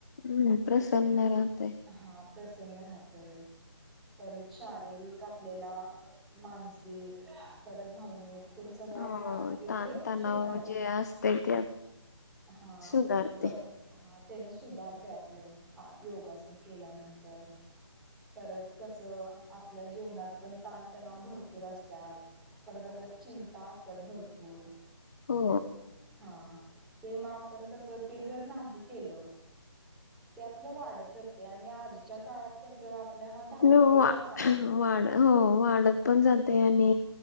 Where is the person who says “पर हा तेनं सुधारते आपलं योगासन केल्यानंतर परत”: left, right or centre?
Centre